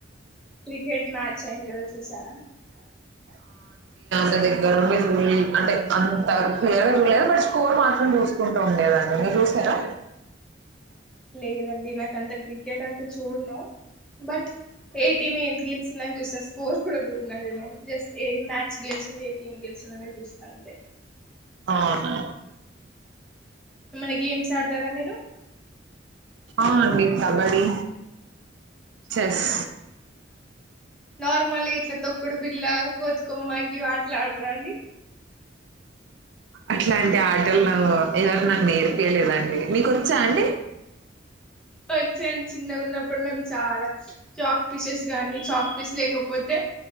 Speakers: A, in the centre; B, on the right (about 65°).
A: క్రికెట్ మ్యాచ్ అయింది కదా చూసారా
B: ట దగ్గర్ నుండి చూల్లేదు అంటే అంత క్లియర్ గా చూడలే గాని బట్ స్కోర్ మాత్రం చూసుకుంటూ ఉండేదాన్ని మీరు చూసారా
A: లేదండి నాక అంత క్రికెట్ అంతా చూడ్నూ బట్ ఏ టీం ఏది గెలిచిందని చూస్తా స్కోర్ కూడా జూడను జస్ట్ ఏ మ్యాచ్ గెలిచిందని ఏ టీం గెలిచందనే చూస్తా అంతే
B: అవునా
A: ఏమన్నా గేమ్స్ ఆడతారా మీరు
B: ఆ అండి కబడి చెస్
A: నార్మల్గా ఇట్లా తొక్కుడు బిల్ల కోతికొమ్మ గీ వాట్ల ఆడరా అండి
B: అట్లాంటి ఆటలు ఎవరు నాకు నేర్పియ్యలేదండి మీకొచ్చా అండి
A: వచ్చండి చిన్నగా ఉన్నప్పుడు మేము చాలా చ పీసెస్ గానీ చాక్పీస్ లేకపోతే